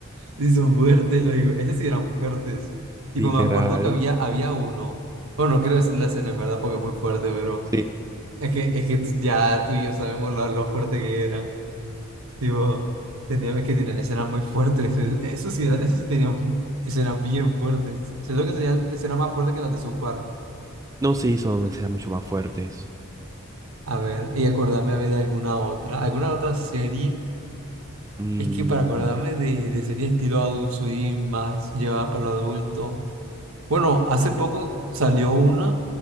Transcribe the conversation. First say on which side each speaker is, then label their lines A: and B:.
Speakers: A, on the right; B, on the right.
A: sí son fuertes, lo digo, esas sí eran fuertes. Tipo,
B: Literal.
A: me acuerdo que había, había uno, bueno, no quiero decir la escena en verdad porque es muy fuerte, pero...
B: Sí.
A: Es que, es que tú- ya tú y yo sabemos lo, lo fuerte que era. Tipo, tenían, es que tenían escenas muy fuertes. es- Eso sí, era- eso sí tenían fu- escenas bien fuertes. Siento que tenían escenas más fuertes que las de South Park.
B: No, sí, son mensajes mucho más fuertes.
A: A ver, y acordarme a ver de alguna otra. ¿Alguna otra serie?
B: Mm,
A: Es que para acordarme de, de serie estilo Adult Swim, más llevada para lo adulto. Bueno, hace poco salió una.